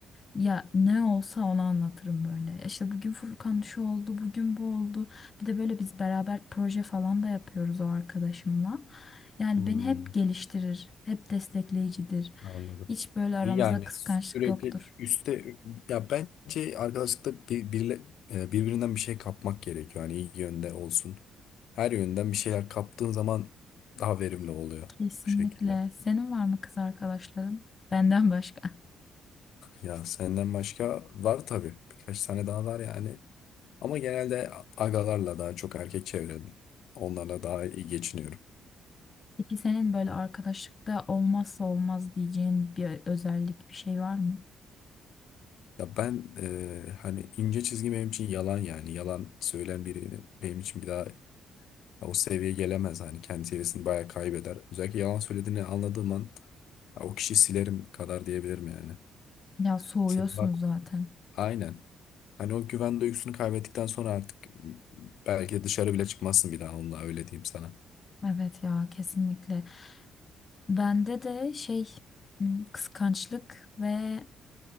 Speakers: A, on the left; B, on the left.
A: Ya ne olsa onu anlatırım böyle. Ya İşte bugün Furkan şu oldu, bugün bu oldu. Bir de böyle biz beraber proje falan da yapıyoruz o arkadaşımla. Yani
B: hmm,
A: beni hep geliştirir, hep destekleyicidir.
B: anladım.
A: Hiç böyle aramızda
B: Yani
A: kıskançlık
B: sürekli
A: yoktur.
B: üste ya bence arkadaşlıkta bir, birle- e, birbirinden bir şey kapmak gerekiyor. Hani iyi yönde olsun. Her yönden bir şeyler kaptığın zaman daha verimli oluyor
A: Kesinlikle.
B: bu şekilde.
A: Senin var mı kız arkadaşların? Benden başka.
B: Ya senden başka var tabii. Birkaç tane daha var yani. Ama genelde agalarla daha çok erkek çevrem. Onlarla daha iyi geçiniyorum.
A: <laughs> Peki senin böyle arkadaşlıkta olmazsa olmaz diyeceğin bir özellik, bir şey var mı?
B: Ya ben e, hani ince çizgi benim için yalan yani. Yalan söyleyen birini benim için bir daha Ya o seviyeye gelemez. Hani kendi seviyesini bayağı kaybeder. Özellikle yalan söylediğini anladığım an ya o kişiyi silerim kadar diyebilirim yani.
A: Ya soğuyorsun
B: Senin var-
A: zaten.
B: Aynen. Hani o güven duygusunu kaybettikten sonra artık belki de dışarı bile çıkmazsın bir daha onunla öyle diyeyim sana.
A: Evet ya kesinlikle. Bende de şey m, kıskançlık ve